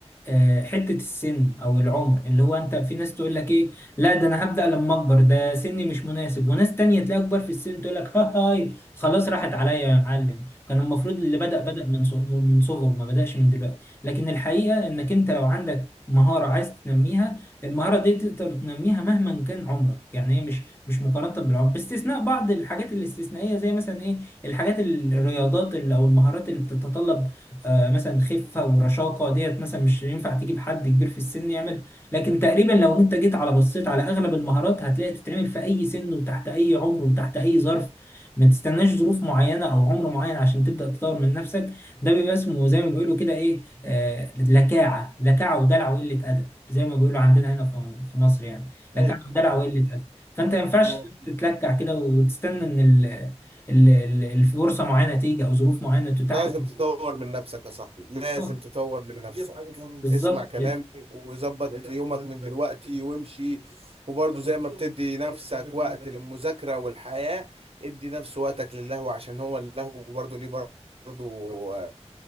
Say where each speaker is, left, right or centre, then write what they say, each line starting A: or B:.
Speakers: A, on the left (about 20°); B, on the right (about 55°).
A: آه، حتة السن او العمر اللي هو انت في ناس تقول لك ايه لا ده انا هبدأ لما اكبر ده سني مش مناسب وناس تانية تلاقي اكبر في السن تقول لك ها هاي خلاص راحت عليا يا معلم كان المفروض اللي بدأ
B: مم.
A: بدأ من صغ- من صغره ما بدأش من دلوقتي لكن الحقيقة انك انت لو عندك مهارة عايز تنميها المهارة دي تقدر تنميها مهما كان عمرك يعني هي مش مش مقارنة بالعمر باستثناء بعض الحاجات الاستثنائية زي مثلا ايه الحاجات ال- الرياضات ال- او المهارات اللي بتتطلب آه، مثلا خفه ورشاقه ديت مثلا مش ينفع تجيب حد كبير في السن يعمل لكن تقريبا لو انت جيت على بصيت على اغلب المهارات هتلاقي تتعمل في اي سن وتحت اي عمر وتحت اي ظرف ما تستناش ظروف معينه او عمر معين عشان تبدا تطور من نفسك ده بيبقى اسمه زي ما بيقولوا كده ايه آه، لكاعه لكاعه ودلع وقله ادب زي ما بيقولوا عندنا هنا في في مصر يعني
B: لا
A: لكاعه ودلع
B: م-
A: وقله ادب فانت ما ينفعش
B: م-
A: تتلكع كده وتستنى ان ال- ال- ال- الفرصه معينه تيجي او ظروف معينه تتاح
B: لازم
A: لك
B: تطور من نفسك يا صاحبي لازم
A: آه،
B: تطور من نفسك
A: بالظبط
B: اسمع كلامي وظبط يومك من دلوقتي وامشي وبرضه زي ما بتدي نفسك وقت للمذاكرة والحياة ادي نفس وقتك للهو عشان هو اللهو برضه ليه برضه